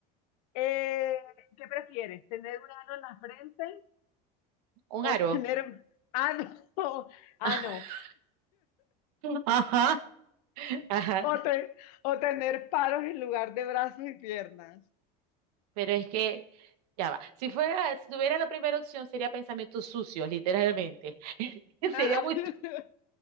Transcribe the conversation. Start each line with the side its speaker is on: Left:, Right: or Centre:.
Left: Eh, ¿qué prefieres? ¿Tener un ano en la frente
Right: ¿Un
Left: o
Right: aro?
Left: tener, ano, ah <laughs> no, ah
Right: <laughs>
Left: no,
Right: Ajá. Ajá.
Left: o, te- o tener palos en lugar de brazos y piernas.
Right: Pero es que, ya va. Si fuera, si tuviera la primera opción, sería pensamientos sucios, literalmente. <laughs>
Left: Ah,
Right: Sería muy,
Left: <laughs>